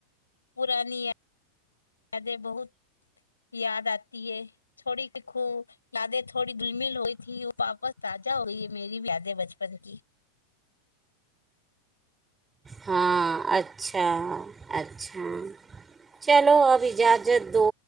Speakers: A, on the left; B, on the right.
A: پرانی یادیں بہت یاد آتی ہے تھوڑی کہکھو یادیں تھوڑی دمل ہوئی تھی وہ واپس تازہ ہوئی ہے میری بھی یادیں بچپن کی
B: ہاں اچھا اچھا چلو اب اجازت دو